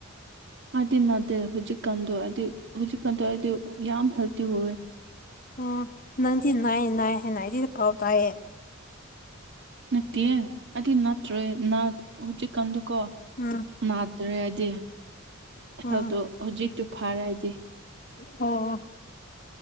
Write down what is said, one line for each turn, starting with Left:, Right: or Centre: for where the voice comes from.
Right: ꯍꯥꯏꯗꯤ ꯅꯅꯥꯗꯦ ꯍꯧꯖꯤꯛꯀꯥꯟꯗꯣ ꯍꯥꯏꯗꯤ ꯍꯧꯖꯤꯛꯀꯥꯟꯗꯣ ꯍꯥꯏꯗꯤ ꯌꯥꯝ ꯍꯦꯜꯗꯤ ꯍꯋꯦ
Left: ꯑꯣ ꯅꯪꯗꯤ ꯅꯥꯏꯌꯦ ꯅꯥꯏ ꯍꯥꯏꯅ ꯑꯩꯗꯤ ꯄꯥꯎ ꯇꯥꯏꯌꯦ
Right: ꯅꯠꯇꯦ ꯑꯗꯨ ꯅꯠꯇ꯭ꯔꯣꯏꯅꯥ ꯍꯧꯖꯤꯛꯀꯥꯟꯗꯨꯀꯣ
Left: ꯎꯝ
Right: ꯅꯥꯗ꯭ꯔꯦ ꯍꯥꯏꯗꯤ
Left: ꯎꯝ
Right: ꯍꯦꯜꯠꯇꯨ ꯍꯧꯖꯤꯛꯇꯨ ꯐꯔꯦ ꯍꯥꯏꯗꯤ
Left: ꯑꯣ ꯑꯣ